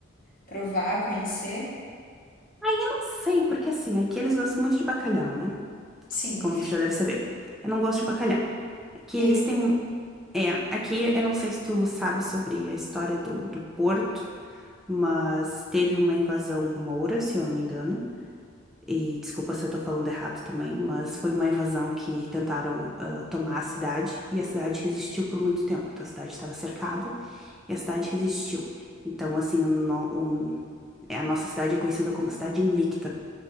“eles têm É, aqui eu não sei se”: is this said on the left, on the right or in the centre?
Centre